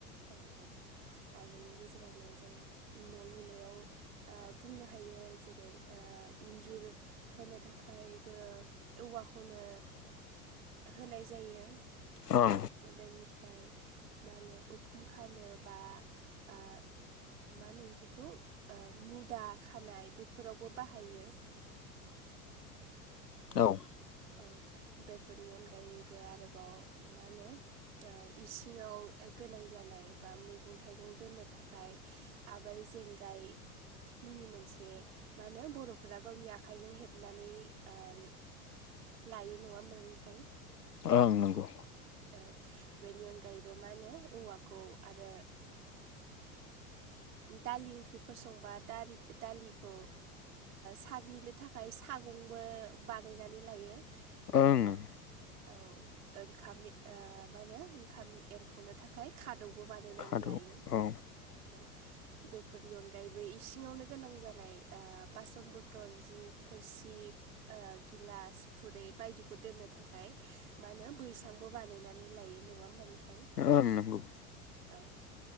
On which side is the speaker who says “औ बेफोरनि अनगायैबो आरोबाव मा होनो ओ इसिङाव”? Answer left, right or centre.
Right